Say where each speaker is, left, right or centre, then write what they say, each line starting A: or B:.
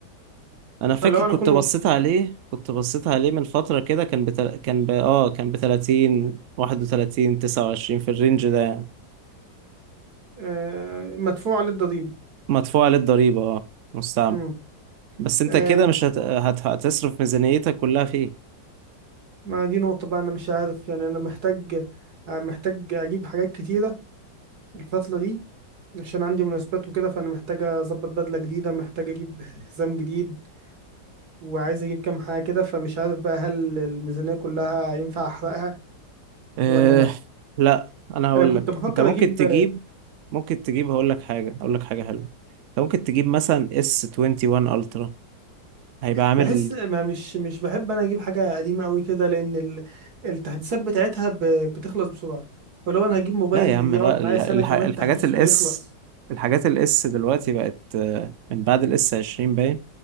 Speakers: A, on the right (about 85°); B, on the right (about 55°).
A: انا
B: فلو
A: فاكر كنت
B: أنا أكون
A: بصيت
B: وف...
A: عليه كنت بصيت عليه من فترة كده كان بتل... كان ب... اه كان ب 30 31 29 في الرينج ده يعني
B: آه مدفوع للضريبة
A: مدفوع عليه الضريبة اه مستعمل
B: مم.
A: بس انت
B: آه
A: كده مش هت... هت... هتصرف ميزانيتك كلها فيه
B: ما دي نقطة بقى أنا مش عارف يعني أنا محتاج آه محتاج أجيب حاجات كتيرة الفترة دي عشان عندي مناسبات وكده فأنا محتاج أظبط بدلة جديدة محتاج أجيب حزام جديد وعايز أجيب كام حاجة كده فمش عارف بقى هل الميزانية كلها ينفع أحرقها
A: أه
B: ولا لأ
A: لا انا هقول
B: انا كنت
A: لك
B: بفكر
A: انت ممكن
B: اجيب
A: تجيب ممكن تجيب هقول لك حاجه هقول لك حاجه حلوه انت ممكن تجيب مثلا اس 21 الترا هيبقى عامل
B: بحس ما مش مش بحب انا اجيب حاجه قديمه قوي كده لان ال- التحديثات بتاعتها ب- بتخلص بسرعه فلو انا هجيب موبايل
A: لا يا عم لا
B: يقعد معايا
A: ال-
B: سنه
A: الح...
B: كمان
A: الحاجات
B: تحديث
A: الاس
B: ويخلص
A: الحاجات الاس دلوقتي بقت آه، من بعد الاس 20 باين